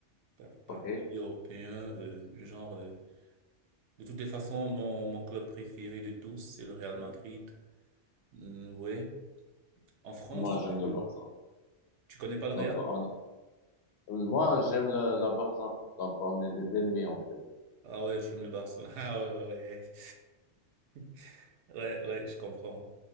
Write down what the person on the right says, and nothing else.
par, par
pays européen, euh, genre, euh, de toutes les façons, mon, mon club préféré de tous, c'est le Real Madrid, Hum, ouais. En France,
je-
Tu connais pas le
Real?
Ah ouais, tu aimes le Barcelone. <laughs> Ah ouais, ouais, ouais. <laughs> Ouais, ouais, je comprends.